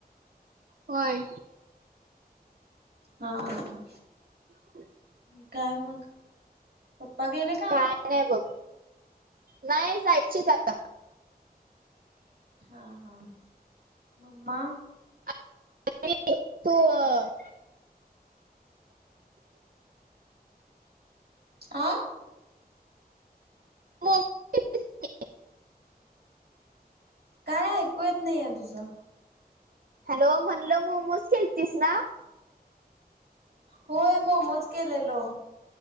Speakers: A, on the right; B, on the right.
A: होय.
B: हा हा.
A: <unintelligible>
B: नी काय मग? पप्पा गेले का?
A: काय नाही बघ नाही जायचेत आता.
B: हा हा मम्मा?
A: <unintelligible>
B: आं
A: <unintelligible>
B: काय ऐकू येत नाही आहे तुझं.
A: हॅलो म्हणलं मोमोज केलतीस ना?
B: होय मोमोज केलेलो.